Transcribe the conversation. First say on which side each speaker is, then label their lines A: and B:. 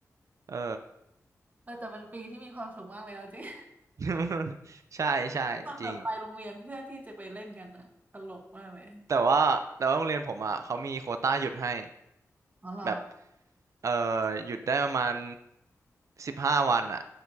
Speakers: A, on the right; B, on the right.
A: เออ
B: เออแต่เป็นปีที่มีความสุขมากเลยเอาจริง
A: <laughs> ใช่ใช่จริง
B: <laughs> ตอนแบบไปโรงเรียนเพื่อที่จะไปเล่นกันอะตลกมากเลย
A: แต่ว่าแต่ว่าโรงเรียนผมอ่ะเขามีโควต้าหยุดให้
B: อ๋อเหรอ
A: แบบ เอ่อหยุดได้ประมาณสิบห้าวันอะ